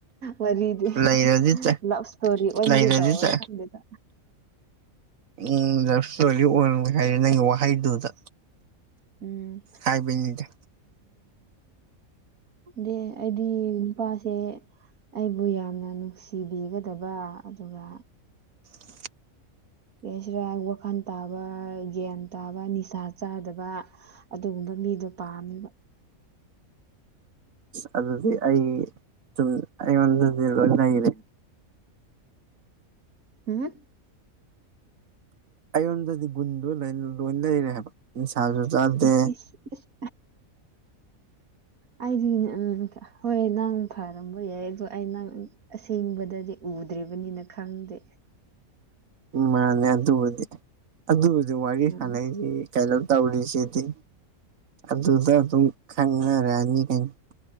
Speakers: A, on the right; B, on the right.
A: ꯋꯥꯔꯤꯗꯤ
B: ꯂꯩꯔꯗꯤ ꯆꯠ
A: ꯂꯕ ꯁꯇꯣꯔꯤ ꯑꯣꯟꯒꯦ
B: ꯂꯩꯔꯗꯤ
A: ꯇꯧꯋꯦ
B: ꯆꯠ
A: ꯈꯪꯗꯦꯗ
B: ꯎꯝ ꯂꯞ ꯏꯁꯇꯣꯔꯤ ꯑꯣꯏꯔꯦ ꯍꯥꯏꯔꯦ ꯅꯪꯒꯤ ꯋꯥꯍꯩꯗꯨꯗ
A: ꯎꯝ
B: ꯍꯥꯏꯕꯅꯤꯗ
A: ꯑꯩꯗꯤ ꯅꯨꯄꯥꯁꯦ ꯑꯩꯕꯨ ꯌꯥꯝꯅ ꯅꯨꯡꯁꯤꯕꯤꯒꯗꯕ ꯑꯗꯨꯒ
B: <unintelligible>
A: ꯀꯩ ꯍꯥꯏꯁꯤꯔꯥ ꯋꯥꯈꯜ ꯇꯥꯕ ꯒ꯭ꯌꯥꯟ ꯇꯥꯕ ꯅꯤꯁꯥ ꯆꯥꯗꯕ ꯑꯗꯨꯒꯨꯝꯕ ꯃꯤꯗꯣ ꯄꯥꯝꯃꯤꯕ
B: ꯑ ꯑꯗꯨꯗꯤ ꯑꯩ ꯁꯨꯝ ꯑꯩꯉꯣꯟꯗꯗꯤ ꯂꯣꯏ ꯂꯩꯔꯦ
A: ꯍꯝ
B: ꯑꯩꯉꯣꯟꯗꯗꯤ ꯒꯨꯟꯗꯣ ꯂꯣꯏ ꯂꯩꯔꯦꯕ ꯅꯤꯁꯥꯁꯨ ꯆꯥꯗꯦ
A: ꯏꯁ ꯏꯁ ꯏꯁ ꯑꯩꯗꯤ ꯍꯣꯏ ꯅꯪ ꯐꯔꯝꯕ ꯌꯥꯏ ꯑꯗꯣ ꯑꯩ ꯅꯪ ꯑꯁꯦꯡꯕꯗꯗꯤ ꯎꯗ꯭ꯔꯤꯕꯅꯤꯅ ꯈꯪꯗꯦ꯫
B: ꯎ ꯃꯥꯅꯦ ꯑꯗꯨꯕꯨꯗꯤ ꯑꯗꯨꯕꯨꯗꯤ ꯋꯥꯔꯤ
A: ꯎꯝ
B: ꯁꯥꯟꯅꯩꯁꯤ ꯀꯩꯅꯣ ꯇꯧꯔꯤꯁꯤꯗꯤ ꯑꯗꯨꯗ ꯑꯗꯨꯝ ꯈꯪꯅꯔꯅꯤ ꯀꯩꯅꯣ